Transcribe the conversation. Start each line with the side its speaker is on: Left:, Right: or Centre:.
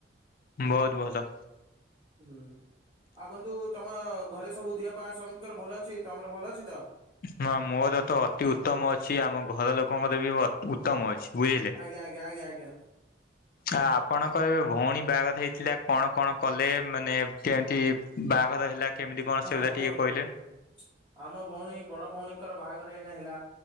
Left: ବହୁତ୍ ଭଲ।
Right: ହୁଁ, ଆଉ ବନ୍ଧୁ ତମ ଘରେ ସବୁ ଦେହ ପା ସମୀତିଙ୍କର ଭଲ ଅଛି ତମର ଭଲ ଅଛି ତ?
Left: ହଁ, ମୋର ତ ଅତି ଉତ୍ତମ ଅଛି ଆମ ଘର ଲୋକଙ୍କର ବି ଉତ୍ତମ ଅଛି ବୁଝିଲେ।
Right: ଆଜ୍ଞା, ଆଜ୍ଞା, ଆଜ୍ଞା, ଆଜ୍ଞା।
Left: ଆ ଆପଣଙ୍କର ଏବେ ଭଉଣୀ ବାହାଘର ହେଇଥିଲା କଣ କଣ କଲେ ମାନେ କେମତି ବାହାଘର ହେଲା କେମିତି କଣ
Right: ହଁ
Left: ସେଗୁଡା
Right: କୁହନ୍ତୁ
Left: ଟିକେ କହିଲେ।
Right: କୁହନ୍ତୁ ଆମ ଭଉଣୀ ବଡ ଭଉଣୀଙ୍କର ବାହାଘର ଏଇନା ହେଲା।